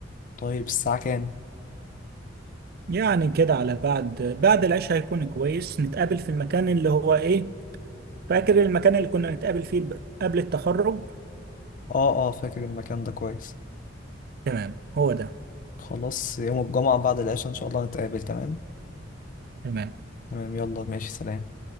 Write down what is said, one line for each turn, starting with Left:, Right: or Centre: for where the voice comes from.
Left: طيب الساعة كام؟
Right: يعني كده على بعد بعد العشاء هيكون كويس نتقابل في المكان اللي هو ايه فاكر المكان اللي كنا نتقابل فيه ب- قبل التخرج
Left: آه آه فاكر المكان ده كويس
Right: تمام هو ده
Left: خلاص يوم الجمعة بعد العشاء إن شاء الله نتقابل تمام؟
Right: تمام
Left: تمام يلا ماشي سلام